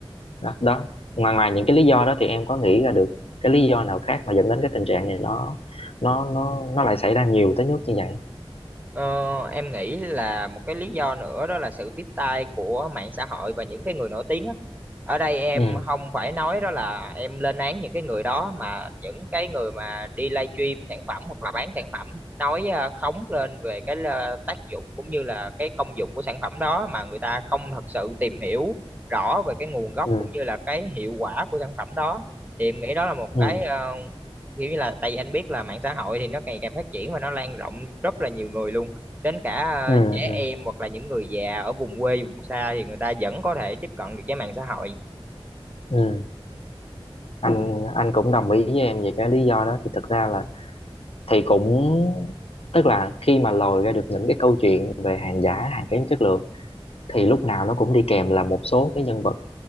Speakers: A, on the left; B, on the right.
A: đó, đó. ngoài ngoài những cái lý do đó thì em có nghĩ ra được cái lý do nào khác mà dẫn đến cái tình trạng này nó nó nó nó lại xảy ra nhiều tới mức như vậy
B: Ờ, em nghĩ là một cái lý do nữa đó là sự tiếp tay của mạng xã hội và những cái người nổi tiếng á. Ở đây em
A: ừ
B: không phải nói đó là em lên án những cái người đó mà những cái người mà đi livestream sản phẩm hoặc là bán sản phẩm nói ờ, khống lên về cái ờ, tác dụng cũng như là cái công dụng của sản phẩm đó mà người ta không thật sự tìm hiểu rõ về cái nguồn gốc
A: ừ
B: cũng như là cái hiệu quả của sản phẩm đó. Thì em nghĩ đó là một
A: ừ
B: cái ờ, kiểu như là tại vì anh biết là mạng xã hội thì nó ngày càng phát triển và nó lan rộng rất là nhiều người luôn đến cả
A: ừ
B: ờ, trẻ
A: ừ
B: em hoặc là những người già ở vùng quê vùng xa thì người ta vẫn có thể tiếp cận được với mạng xã hội
A: ừ anh anh cũng đồng ý với em về cái lý do đó thì thực ra là thì cũng tức là khi mà lòi ra được những cái câu chuyện về hàng giả hàng kém chất lượng thì lúc nào nó cũng đi kèm là một số cái nhân vật